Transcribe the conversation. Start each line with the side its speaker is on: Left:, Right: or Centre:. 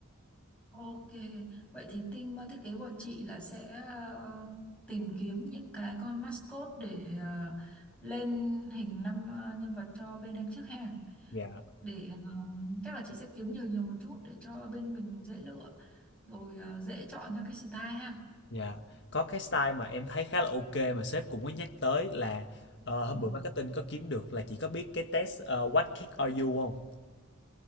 Centre: Ok, vậy thì team ờ, thiết kế bọn chị là sẽ ờ, tìm kiếm những cái con mascot để ờ, lên hình năm ờ, nhân vật cho bên em trước ha.
Left: Dạ,
Centre: Để ờ, chắc là chị sẽ kiếm nhiều nhiều một chút để cho bên mình dễ lựa. rồi ờ, dễ chọn ra cái style ha
Left: dạ. Có cái style mà em thấy khá là ok mà sếp cũng có nhắc tới là, ờ,
Centre: ừ.
Left: hôm bữa marketing có kiếm được là chỉ có biết cái test, ờ, "What cake are you" hông?